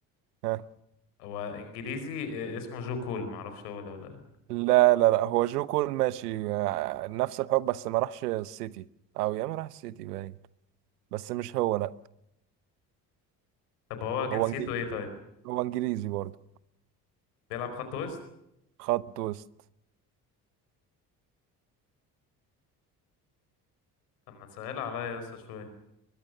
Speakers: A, on the right; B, on the left.
A: ها
B: هو انجليزي آه، اسمه جو كول معرفش هو ده ولا لا
A: لا لا لا هو جو كول ماشي آه، نفس الحب بس ما راحش السيتي او يا ما راح السيتي باين بس مش هو لا
B: طب هو جنسيته
A: هو انجليزي
B: ايه طيب
A: هو انجليزي برضه
B: بيلعب خط وسط
A: خط وسط
B: طب ما تسهل عليا يا اسطى شوية